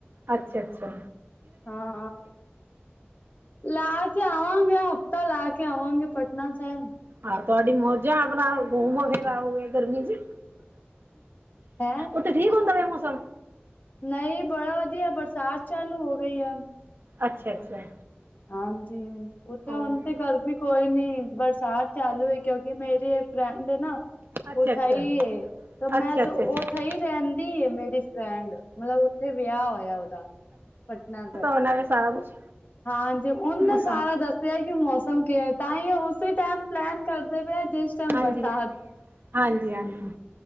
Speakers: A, on the right; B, on the left.
A: ਅੱਛਾ-ਅੱਛਾ,
B: ਹਾਂ, ਲਾ ਕੇ ਆਵਾਂਗੇ ਹਫ਼ਤਾ ਲਾ ਕੇ ਆਵਾਂਗੇ ਪਟਨਾ ਸਾਹਿਬ
A: ਆਹੋ ਤੁਹਾਡੀ ਮੌਜ ਆਪਣਾ ਗੁਮ ਫਿਰ ਆਉਗੇ ਗਰਮੀ ਚ
B: ਹੈਂ,
A: ਉੱਥੇ ਠੀਕ ਹੁੰਦਾ ਪਿਆ ਮੌਸਮ
B: ਨਈ ਬੜਾ ਵਧੀਆ ਬਰਸਾਤ ਚਾਲੂ ਹੋ ਗਈ ਐ।
A: ਅੱਛਾ ਅੱਛਾ,
B: ਹਾਂਜੀ, ਕਿਉਕਿ ਹੁਣ
A: ਉਹ
B: ਤੇ ਗਰਮੀ ਕੋਈ ਨੀ ਬਰਸਾਤ ਚਾਲੂ ਐ ਕਿਉਂਕਿ ਮੇਰੀ ਇਹ ਫਰੈਂਡ ਐ ਨਾ
A: ਅੱਛਾ
B: ਉਹ
A: ਅੱਛਾ
B: ਸਈ ਐ, ਤਾਂ
A: ਅੱਛਾ
B: ਮੈਂ
A: ਅੱਛਾ ਅੱਛਾ
B: ਉਥੇ ਈ ਰਹਿੰਦੀ ਐ ਮੇਰੀ ਫਰੈਂਡ ਮਤਲਬ ਉੱਥੇ ਵਿਆਹ ਹੋਇਆ ਉਹਦਾ, ਪਟਨਾ ਸਾਹਿਬ
A: ਬਣਾਵੇ ਸਾਰਾ ਕੁਛ
B: ਹਾਂਜੀ ਉਹਨਾ
A: ਮੌਸਮ
B: ਸਾਰਾ ਦੱਸਿਆ ਕਿ ਮੌਸਮ ਕਿਵੇ ਤਾਂ ਈ ਉਸੇ ਟੈਮ ਪਲੈਨ ਕਰਦੇ ਪਏ ਜਿਸ ਟਾਈਮ
A: ਹਾਂਜੀ-ਹਾਂਜੀ-ਹਾਂਜੀ,
B: ਬਰਸਾਤ